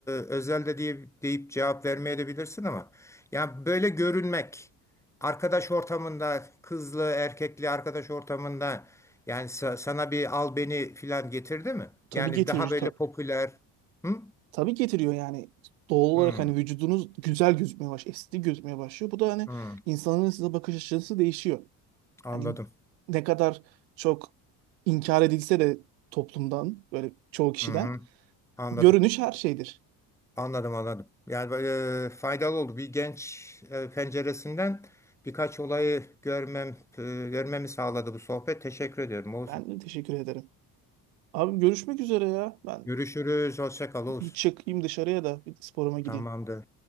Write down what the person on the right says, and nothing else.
tabii
getirici
ta-
Tabii getiriyor yani. Doğal olarak
hani vücudunuz güzel gözükmeye başlıyor, estetik gözükmeye başlıyor. Bu da hani
insanların size bakış açısı değişiyor.
Yani ne kadar çok inkar edilse de toplumdan, böyle çoğu kişiden
görünüş her şeydir.
Ben de teşekkür ederim. Abi görüşmek üzere ya. Ben
hiç çıkayım dışarıya da bir sporuma gideyim.